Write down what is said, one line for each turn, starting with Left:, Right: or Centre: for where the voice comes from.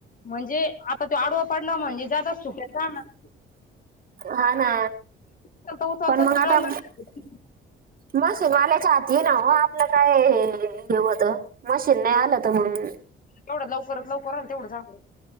Left: म्हणजे आता तो आडवा पडला म्हणजे ज्यादा सुक्या जाणार.
Right: हा ना,
Left: उचलता उचलता
Right: पण मग आता
Left: कळंगळी
Right: मशीनवाल्याच्या हाती आहे न हो आपलं काय हे वत मशीन नाही आलं त म्हणून
Left: एवढ्या लवकरच लवकर आलं तेवढं चांगल.